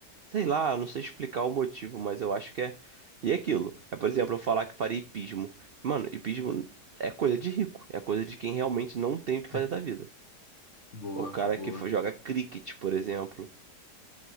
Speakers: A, on the right; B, on the left.
A: Sei lá, não sei explicar o motivo, mas eu acho que é. E é aquilo. É, por exemplo, eu falar que faria hipismo. Mano, hipismo é coisa de rico, é coisa de quem realmente não tem o que fazer
B: <laughs>
A: da vida.
B: Boa,
A: O cara
B: boa.
A: que fa- joga cricket, por exemplo.